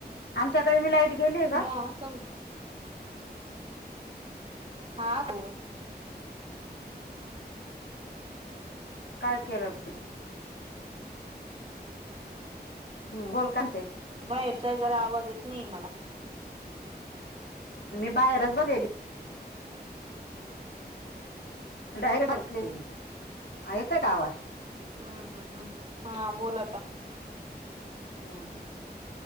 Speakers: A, on the left; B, on the right.
A: आमच्या कडे बी लाईट गेलीय का?
B: असलं. आ <unintelligible>
A: काय केरब हम्म, बोल काय ते?
B: बाहेरच्या जरा आवाज येत नाही मला.
A: मी बाहेरच बरेली. <unintelligible> हा येतो का आवाज?
B: ह ह ह हा, बोल आता.
A: हा,